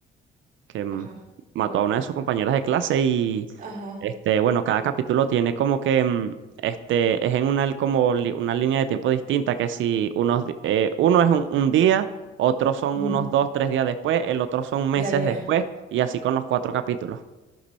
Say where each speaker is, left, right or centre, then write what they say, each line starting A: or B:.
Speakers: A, on the right; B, on the right.
A: que mm,
B: Ajá,
A: mató
B: híjole.
A: a una de sus compañeras de clase y,
B: Ajá,
A: este, bueno, cada capítulo tiene como que, mm, este, es en una, como li- una línea de tiempo distinta, que si unos, di- eh, uno es un, un día, otros son
B: ujú.
A: unos dos, tres días después, el otro son meses
B: Ya, ya, ya.
A: después, y así con los cuatro capítulos,